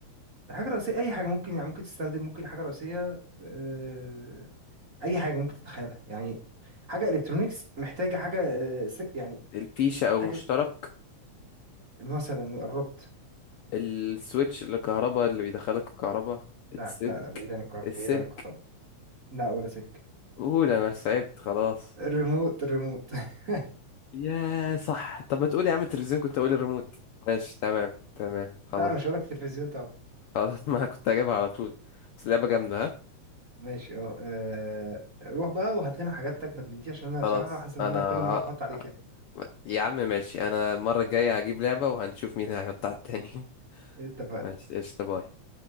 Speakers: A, on the right (about 35°); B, on the left (about 80°).
A: الحاجة الرئيسية أي حاجة ممكن يعني ممكن تستخدم ممكن حاجة رئيسية آه، أي حاجة ممكن تتخيلها يعني حاجة إلكترونيكس محتاجة حاجة آه، س- يعني
B: الفيشة أو
A: حاجة
B: مشترك
A: مثلا قربت
B: السويتش الكهرباء اللي بيدخلك الكهرباء
A: لا
B: السلك
A: لا لا بعيد عن الكهرباء
B: السلك
A: بعيد عن الكهرباء لا ولا سلك
B: قول أنا تعبت خلاص
A: الريموت الريموت <laughs>
B: يا صح طب ما تقول يا عم التلفزيون كنت أقول الريموت ماشي تمام تمام خلاص
A: لا أنا مش هقولك تلفزيون طبعا
B: خلاص <laughs> ما كنت هجيبها على طول بس لعبة جامدة ها
A: ماشي اه آه، روح بقى وهات لنا حاجات تجمد من دي عشان
B: خلاص
A: انا بصراحة حاسس ان
B: انا
A: انا كل مرة بحط عليك
B: ه-
A: يعني.
B: يا عم ماشي انا المرة الجاية هجيب لعبة وهنشوف مين هيحط على التاني <laughs>
A: اتفقنا
B: ماشي قشطة باي